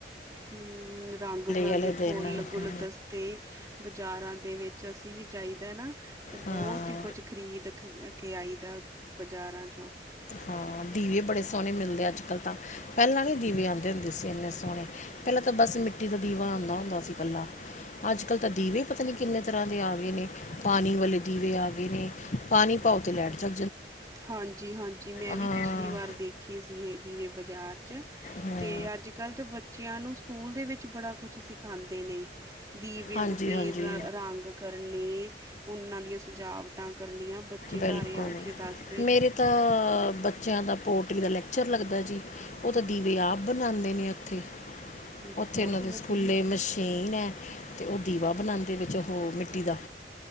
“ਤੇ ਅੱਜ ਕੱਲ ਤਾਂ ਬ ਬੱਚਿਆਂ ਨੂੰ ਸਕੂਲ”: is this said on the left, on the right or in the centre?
Right